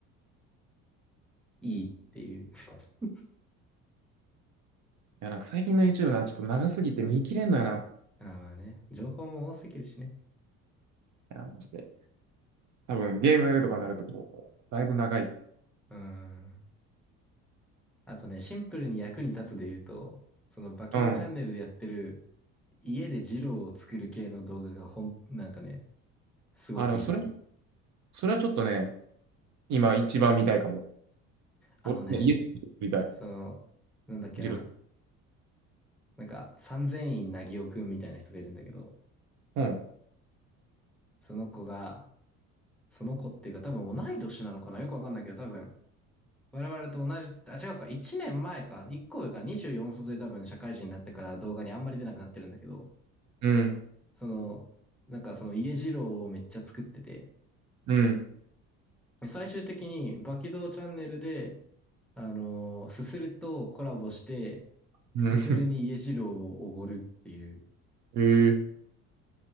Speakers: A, in the centre; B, on the right.
A: いいっていう。<laughs>
B: や、なんか最近の YouTube な、ちょっと長すぎて見切れんのよな。い
A: あーまあね、情報も多すぎるしね。
B: や、マジで。多分ゲームとかなると、こう、だいぶ長い。
A: うーん。あとね、シンプルに役に立つで言うと、そのバキドーチャンネルでやってる
B: うん。
A: 家でジローを作る系の動画がほん、なんかね、すごくいいね。
B: あ、のそれ、それはちょっとね、今一番見たいかも。
A: あのね、
B: 俺、家で見たい。
A: その、なんだっけな、
B: ジロ
A: なんか三千院なぎおくんみたいな人がいるんだけど、
B: うん。
A: その子が、その子っていうか多分同い年なのかなよくわかんないけど多分、我々と同じ、あ、違うか、1年前か、1個上か、24卒で多分社会人になってから動画にあんまり出なくなってるんだけど、
B: うん。
A: その、なんかその家二郎をめっちゃ作ってて、
B: うん。
A: で最終的に、バキドーチャンネルで、あのーすするとコラボして、
B: うん。
A: すするに家次郎をおごるっていう、
B: <laughs> えー。